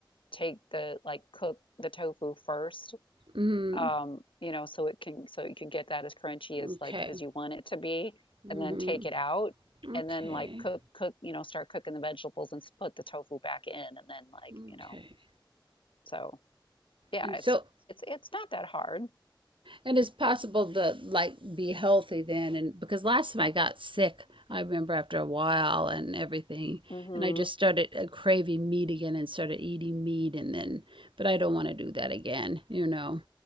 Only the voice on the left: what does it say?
take the like cook the tofu first
um you know so it can so you can get that as crunchy as
like as you want it to be
and then take it out and
then like cook cook you know start cooking the vegetables and put the tofu back in and then like
you know so yeah
it's
it's it's not that hard
mhm